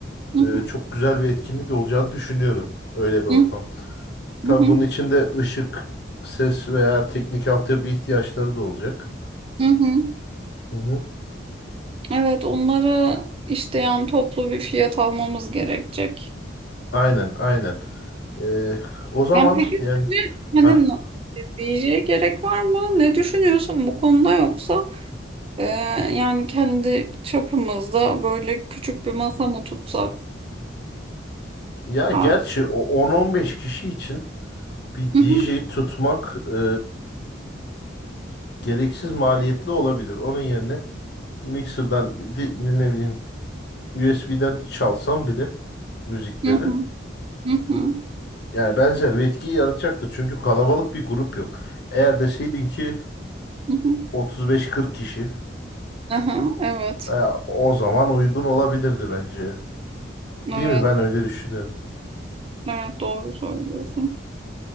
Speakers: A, on the right; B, on the left.
A: Hı
B: e, çok güzel bir etkinlik olacağını düşünüyorum. Öyle bir ortam.
A: hı.
B: Tabii
A: Hı hı.
B: bunun içinde ışık, ses veya teknik altyapı ihtiyaçları da olacak.
A: Hı hı.
B: Hı hı.
A: Evet onları işte yani toplu bir fiyat almamız gerekecek.
B: Aynen aynen. E, o zaman
A: Yani peki
B: yani
A: şimdi hani
B: ha
A: na- diyeceğe gerek var mı? Ne düşünüyorsun bu konuda yoksa e, yani kendi çapımızda böyle küçük bir masa mı tutsak?
B: ya
A: Ha-
B: gerçi o 10-15 kişi için bir
A: Hı
B: DJ
A: hı.
B: tutmak e, gereksiz maliyetli olabilir. Onun yerine mixer'dan di- ne bileyim USB'den çalsam bile müzikleri
A: Hı hı. Hı hı.
B: yani benzer bir etkiyi yaratacaktır. Çünkü kalabalık bir grup yok. Eğer deseydin ki
A: Hı hı. hı.
B: 35-40 kişi
A: Aha, evet.
B: e, o zaman uygun olabilirdi bence.
A: Evet.
B: Değil mi? Ben öyle düşünüyorum.
A: Evet doğru söylüyorsun.